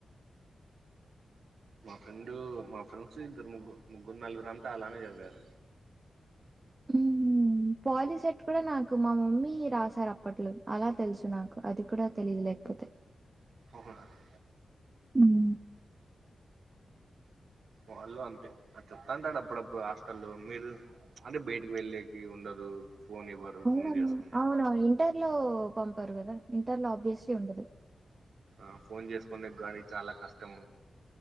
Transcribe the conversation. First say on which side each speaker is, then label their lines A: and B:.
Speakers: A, on the right; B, on the right.
A: మా ఫ్రెండూ మా ఫ్రెండ్సు ఇద్దరు ముగ్గురు ముగ్గురు నలుగురు అంతా అలానే చదివారు.
B: ఊ పాలీ సెట్ కూడా నా నాకు మా మమ్మీ రాశారు అప్పట్లో అలా తెలుసు నాకు అది కూడా తెలీదు లేకపోతే
A: ఒకే నండి
B: హ్మ్.
A: వాళ్ళు అంతే అట్ట చెప్తాంటాడు అప్పుడప్పుడు హాస్టల్ల్లో మీరు అంటే బయటకి వెల్లేకి ఉండదు ఫోన్ ఇవ్వరు
B: అవునా
A: ఫోన్
B: అన్న
A: చేసుకునేకి
B: అవున ఇంటర్ లో పంపరు కదా ఇంటర్ లో ఆబ్వియస్లీ ఉండదు
A: ఆ ఫోన్ చేసుకునే గాని చాలా కష్టం